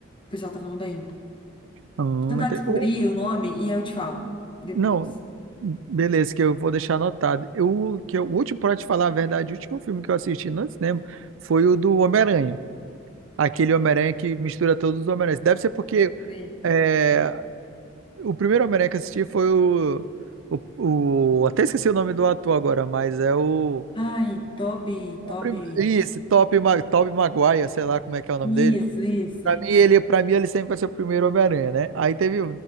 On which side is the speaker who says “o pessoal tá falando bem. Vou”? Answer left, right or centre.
Left